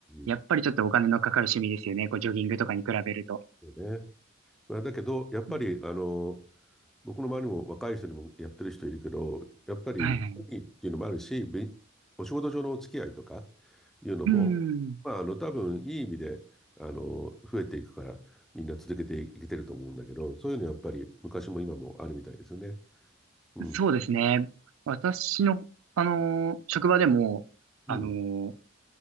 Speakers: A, on the right; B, in the centre.
A: やっぱりちょっとお金のかかる趣味ですよね。
B: ん
A: こうジョギングとかに比べると。
B: そうね。まあ、だけど、やっぱり、
A: うん
B: あの、僕の周りも若い人でもやってる人いるけど、やっぱり、
A: はいはい。
B: 趣味っていうのもあるし、びお仕事上のお付き合いとかいうのも、
A: うん。
B: まあ、あの、多分いい意味で、あの、増えていくから、みんな続けていけてると思うんだけど、そういうのやっぱり昔も今もあるみたいですよね。うん。
A: そうですね。私の、あのー職場でも、あのー
B: うん。